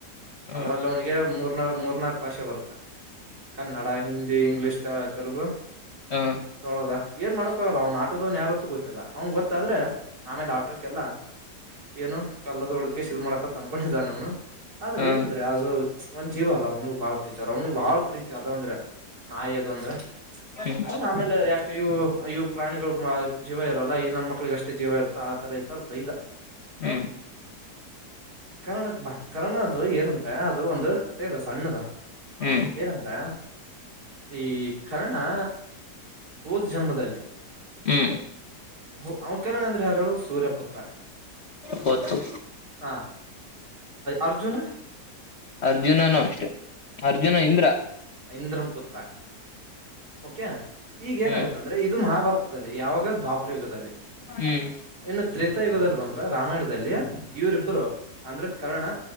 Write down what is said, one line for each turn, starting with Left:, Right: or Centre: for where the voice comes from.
Left: ಹ್ಮ್
Right: ಅದ್ರಲ್ಲಿ ಅವನಿಗೆ ಮೂರು. ಮೂರ್ನಾಲ್ಕ್ ಭಾಷೆ ಬರುತ್ತಾ. ಕನ್ನಡ ಹಿಂದಿ ಇಂಗ್ಲಿಷ್. ತೆಲುಗು.
Left: ಹ್ಮ್ ಹ್ಮ್
Right: ತಳದಾ. ಏನ್ ಮಾಡ್ಕೊಲ್ಲ ಅವ್ನ ಆಟೋದವನ್ ಯಾರತ್ತೂ ಗೊತ್ತಲ್ಲ ಅವ್ನ ಗೊತ್ತಾದ್ರೆ. ಆಮೇಲೆ ಆಟೋಕ್ಕೆಲ್ಲ. ಏನು ಕಲ್ಲದೋಡಕ್ಕೆ ಶುರು ಮಾಡಕ ತನ್ಕೊಂಡಿದ್ದ ಅವನು ಆದ್ರೆ
Left: ಹ್ಮ್
Right: ಏನಂದ್ರೆ ಅದು ಒಂದ ಜೀವಲ್ಲ ಅವನುಗ ಬಾಳ ಬೇ ಅವ್ನಿಗೆ ಬಾಳ ಪ್ರೀತಿ ಅದ ಅಂದ್ರೆ ನಾಯ ಅದೊಂದ್ರ
Left: ಹ್ಮ್
Right: ಅವನ್ ಆಮೇಲೆ ಯಾಕ ಇವು ಅವು ಪ್ರಾಣಿಗಳು ಜೀವ ಇರಲ್ಲ ಈ ನನ್ ಮಕ್ಳಿಗೆ ಅಷ್ಟೇ ಜೀವ ಇರುತ್ತೋ ಆ ತರ ಈತರ ಬೈದ
Left: ಹ್ಮ್
Right: ಕರ್ನಾಟಕ ಭಾ <unintelligible> ಕನ್ನಣ ಅದು ಏನಂದ್ರೆ ಅದು ಒಂದು ಕಥೆ ದಸ ಪಣ್ಣದ
Left: ಹ್ಮ್
Right: ಏರಂದ್ರ ಈ ಕರ <unintelligible> ಹಾ ಹೂದ್ ಜನ್ಮದಲ್ಲಿ
Left: ಹ್ಮ್
Right: ಹ ಅವ್ ಕರಣ ಅಂದ್ರೆ ಯಾರ್ ಹೇಳು ಸೂರ್ಯಪುತ್ರ
Left: ಗೊತ್ತು
Right: ಹ ಅರ್ಜುನ
Left: ಅರ್ಜುನನು ಅಷ್ಟೆ ಅರ್ಜುನ ಇಂದ್ರ
Right: ಐಂದ್ರನ್ಪುತ್ರ ಓಕೆ ಈಗ ಏನಾಗುತ್ತ
Left: ಹ್ಮ್
Right: ಅಂದ್ರೆ ಇದು ಮಹಭಾರತ ದಲಿ ಯಾವಾಗ ದ್ಪ ಪ್ರಯೋಗದಲಿ
Left: ಹ್ಮ್
Right: ಏನ್ ತ್ರೆತಾ ಯುಗದಲ್ ಬಂದ್ರೆ ರಾಮಾಯಣದಲ್ಲಿ ಇವರಿಬ್ಬರು ಅಂದ್ರೆ ಕರ್ಣ